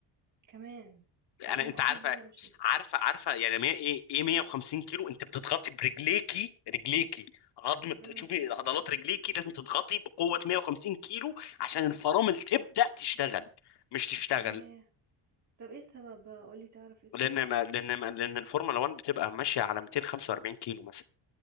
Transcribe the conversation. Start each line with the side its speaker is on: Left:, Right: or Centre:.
Right: كمان طب
Left: انا
Right: هم
Left: انت
Right: اكيد
Left: عارفة
Right: بقى مش
Left: عارفة عارفة يعني مية ايه ايه 150 كيلو انت بتضغطي برجليكي رجليكي عظمة
Right: امم
Left: شوفي عضلات رجليكي لازم تضغطي بقوة 150 كيلو عشان الفرامل تبدأ تشتغل مش تشتغل
Right: ياه طب ايه السبب بقى قولي تعرف ايه السبب
Left: لان ما لان ما لان الفورمولا 1 بتبقى ماشيه على 245 كيلو مثلا